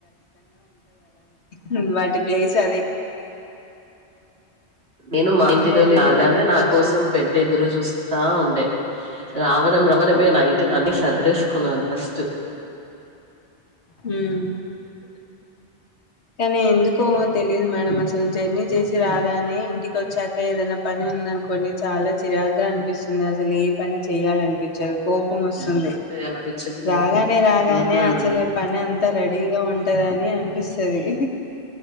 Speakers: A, on the left; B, on the right.
A: మ్మ్ వాటి ప్లేస్ అదే
B: నేను మా ఇంటి
A: ఇంకా
B: నుండి
A: ఏంటి
B: రాగానే
A: మేడం
B: నా
A: విశేషాలు
B: కోసం బెడ్ ఎదురు చూస్ స్తా ఉండే రావడం రవడమే నైటు అన్ని సదరేసుకున్నాను ఫస్ట్
A: మ్మ్ కాని ఎందుకో తెలిదు మేడం అసలు జర్నీ చేసి రాగానే ఇంటికోచ్చాకే ఏదైనా పని ఉందనుకోండి చాలా చిరాగ్గా అనిపిస్తుంది అసలు ఏ పని చేయాలనిపించదు కోపం వస్ సుంది
B: అనిపించట్లేదు
A: రాగానే రాగానే
B: ఉమ్.
A: అసలు అంతా రెడీగా ఉంటదని అనిపిస్తది